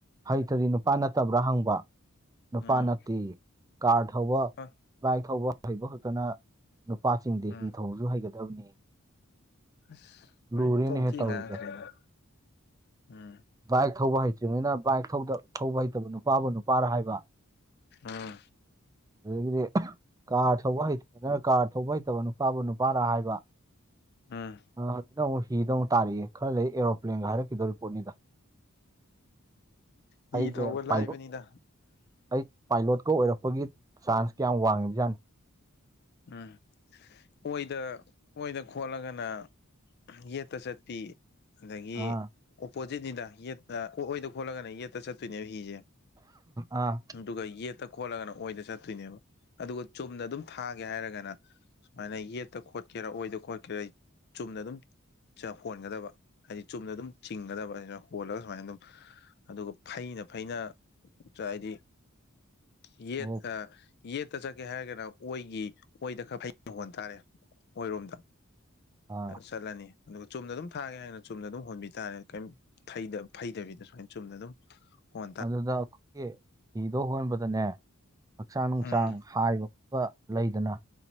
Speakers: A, on the right (about 15°); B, on the left (about 50°).
A: ꯍꯩꯇꯔꯤ ꯅꯨꯄꯥ ꯅꯠꯇꯕ꯭ꯔꯥ ꯍꯪꯕ ꯅꯨꯄꯥ
B: ꯎꯝ
A: ꯅꯠꯇꯦ ꯀꯥꯔ ꯊꯧꯕ
B: ꯑ
A: ꯕꯥꯏꯛ ꯊꯧꯕ ꯍꯩꯕ ꯈꯛꯇꯅ ꯅꯨꯄꯥꯁꯤꯡꯗꯤ
B: ꯎꯝ
A: ꯅꯤꯡꯊꯧꯁꯨ ꯍꯩꯒꯗꯕꯅꯤ
B: ꯑꯁ ꯍꯣꯏ
A: ꯂꯨꯔꯦꯅꯦꯍꯦ
B: ꯇꯣ ꯊꯤ
A: ꯇꯧꯔꯤꯁꯦ
B: ꯉꯥꯡꯉꯈ꯭ꯔꯦꯗ ꯎꯝ
A: ꯕꯥꯏꯛ ꯊꯧꯕ ꯍꯩꯇ꯭ꯔꯤꯉꯩꯅ ꯕꯥꯏꯛ ꯊꯧꯕ ꯍꯩꯇꯕ ꯅꯨꯄꯥꯕꯨ ꯅꯨꯄꯥꯔ ꯍꯥꯏꯕ
B: ꯎꯝ
A: ꯑꯗꯨꯗꯒꯤꯗꯤ ꯀꯥꯔ ꯊꯧꯕ ꯍꯩꯇ ꯅꯅ ꯀꯥꯔ ꯊꯧꯕ ꯍꯩꯇꯕꯅ ꯅꯨꯄꯥꯕꯨ ꯅꯨꯄꯥꯔ ꯍꯥꯏꯕ
B: ꯎꯝ
A: ꯑꯗꯨꯗ ꯑꯃꯨꯛ ꯍꯤꯗ ꯑꯃꯨꯛ ꯇꯥꯔꯤꯛꯑꯦ ꯈꯔ ꯂꯩ ꯑꯦꯔꯣꯄ꯭ꯂꯦꯟꯒ ꯍꯥꯏꯔꯛꯈꯤꯗꯣ ꯔꯤꯄꯣꯔꯠꯅꯤꯗ
B: ꯍꯤ
A: ꯑꯩꯁꯦ
B: ꯊꯧꯕ ꯂꯥꯏꯕꯅꯤꯅ
A: ꯄꯥꯏꯂꯣꯠ ꯑꯩ ꯄꯥꯏꯂꯣꯠꯀ ꯑꯣꯏꯔꯛꯄꯒꯤ ꯆꯥꯟꯁ ꯀꯌꯥꯝ ꯋꯥꯡꯉꯤ ꯖꯥꯠꯅꯤ
B: ꯎꯝ ꯑꯣꯏꯗ ꯑꯣꯏꯗ ꯈꯣꯠꯂꯒꯅ ꯌꯦꯠꯇ ꯆꯠꯄꯤ ꯑꯗꯒꯤ
A: ꯑꯥ
B: ꯑꯣꯄꯣꯖꯤꯠꯅꯤꯗ ꯌꯦꯠꯇ ꯀꯣꯛꯑꯣꯏꯗ ꯈꯣꯠꯂꯒꯅꯦ ꯌꯦꯠꯇ ꯆꯠꯇꯣꯏꯅꯦꯕ ꯍꯤꯤꯁꯦ
A: ꯑꯥ
B: ꯑꯗꯨꯒ ꯌꯦꯠꯇ ꯈꯣꯠꯂꯒꯅ ꯑꯣꯏꯅꯗ ꯆꯠꯇꯣꯏꯅꯦꯕ ꯑꯗꯨꯒ ꯆꯨꯝꯅ ꯑꯗꯨꯝ ꯊꯥꯒꯦ ꯍꯥꯏꯔꯒꯅ ꯁꯨꯃꯥꯏꯅ ꯌꯦꯠꯇ ꯈꯣꯠꯀꯦꯔꯥ ꯑꯣꯏꯗ ꯈꯣꯠꯀꯦꯔꯥ ꯆꯨꯝꯅ ꯑꯗꯨꯝ ꯁꯤꯗ ꯍꯣꯟꯒꯗꯕ ꯍꯥꯏꯗꯤ ꯆꯨꯝꯅ ꯑꯗꯨꯝ ꯆꯤꯡꯒꯗꯕ ꯑꯁꯤꯅ ꯍꯣꯜꯂꯒ ꯁꯨꯃꯥꯏꯅ ꯑꯗꯨꯝ ꯑꯗꯨꯒ ꯐꯩꯅ ꯐꯩꯅ ꯍꯥꯏꯗꯤ ꯌꯦꯠ
A: ꯑꯣ
B: ꯌꯦꯠꯇ ꯆꯠꯀꯦ ꯍꯥꯏꯔꯒꯅ ꯑꯣꯏꯒꯤ ꯑꯣꯏꯗ ꯈꯔ ꯐꯖ ꯍꯣꯟ ꯇꯥꯔꯦ ꯑꯣꯏꯔꯣꯝꯗ
A: ꯑꯥ
B: ꯆꯠꯂꯅꯤ ꯑꯗꯨꯒ ꯆꯨꯝꯅ ꯑꯗꯨꯝ ꯊꯥꯒꯦ ꯍꯥꯏꯒꯅ ꯆꯨꯝꯅ ꯑꯗꯨꯝ ꯍꯣꯟꯕꯤꯕꯥꯔꯦ ꯀꯩ ꯐꯩꯗꯕꯤꯗ ꯁꯨꯃꯥꯏꯅ ꯆꯨꯝꯅ ꯑꯗꯨꯝ ꯍꯣꯅꯩ
A: ꯑꯗꯨꯗ ꯑꯩꯈꯣꯏꯒꯤ ꯐꯤꯗꯣ ꯍꯣꯟꯕꯗꯅꯦ ꯍꯛꯆꯥꯡ ꯅꯨꯡꯁꯥꯡ
B: ꯎꯝ
A: ꯍꯥꯏꯕ ꯈꯣꯠꯄ ꯂꯩꯗꯅ